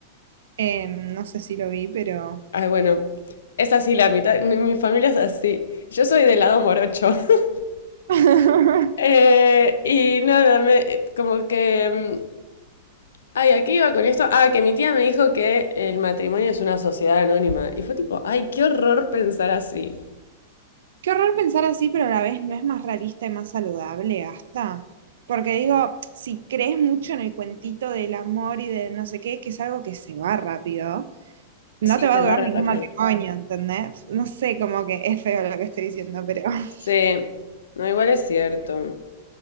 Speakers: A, on the right (about 75°); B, on the left (about 85°).
A: Em, no sé si lo vi, pero
B: Ay, bueno, es así la mitad. Mi mi familia es así. Yo soy del lado morocho. <laughs>
A: <laughs>
B: Eh, y nada, me, como que... mm, Ay, aquí iba con esto. Ah, que mi tía me dijo que el matrimonio es una sociedad anónima. Y fue tipo, ay, qué horror pensar así.
A: Qué horror pensar así, pero a la vez no es más realista y más saludable, hasta. Porque digo, si crees mucho en el cuentito del amor y de no sé qué, que es algo que se va rápido, no
B: Sí,
A: te va
B: se
A: a durar
B: va re
A: ningún
B: rápido.
A: matrimonio, ¿entendés? No sé, como que es feo lo que estoy diciendo, pero <laughs>
B: Sí, no, igual es cierto.